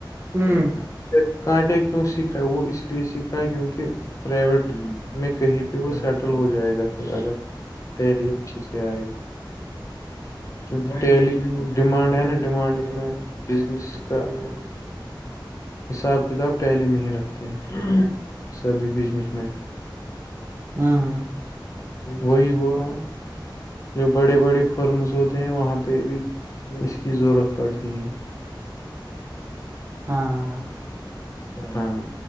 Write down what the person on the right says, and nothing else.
ہوں
ہوں <inaudible>
ہاں